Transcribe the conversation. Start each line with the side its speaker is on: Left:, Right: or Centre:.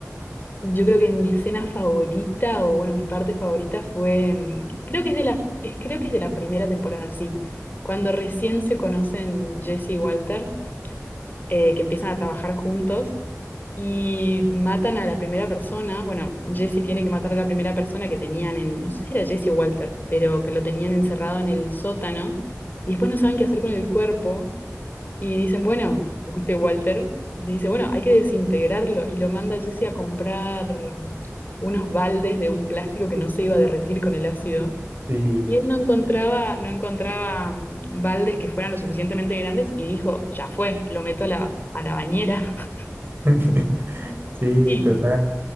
Left: Yo creo que mi escena favorita, o bueno, mi parte favorita fue, mm, creo que es de la, es- creo que es de la primera temporada, sí, cuando recién se conocen Jesse y Walter, eh, que empiezan a trabajar juntos. y matan a la primera persona. Bueno, Jesse tiene que matar a la primera persona que tenían en, no sé si era Jesse o Walter, pero que lo tenían encerrado en el sótano. Y después no saben qué hacer con el cuerpo. Y dicen, bueno, ¿viste Walter? Le dice, bueno, hay que desintegrarlo. Y lo manda Jesse a comprar mm, unos baldes de un plástico que no se iba a derretir con el ácido.
Right: Sí,
Left: Y él no encontraba, no encontraba mm, baldes que fueran lo suficientemente grandes y dijo, ya fue, lo meto a la, a la bañera. <laughs>
Right: <laughs> sí,
Left: Y
Right: total.